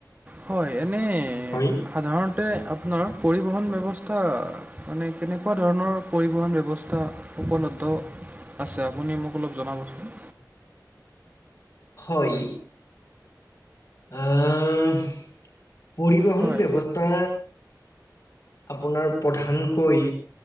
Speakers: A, on the right; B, on the left.
A: হয় এনে
B: হয়
A: সাধাৰণতে আপোনাৰ পৰিবহন ব্যৱস্থা স্থা মানে কেনেকুৱা ধৰণৰ পৰিবহণ ব্যৱস্থা উপলব্ধ আছে আপুনি মোক অলপ জনাবচোন।
B: হয়। আহ পৰিবহন
A: হয়
B: ব্যৱস্থা আপোনাৰ প্ৰধানকৈ